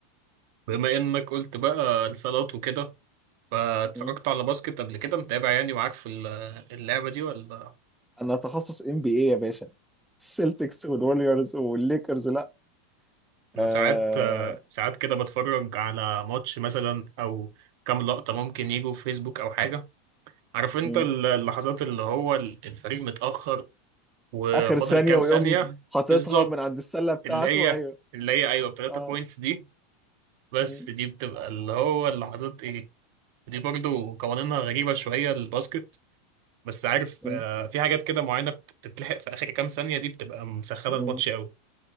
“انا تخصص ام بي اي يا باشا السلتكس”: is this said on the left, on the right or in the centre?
Centre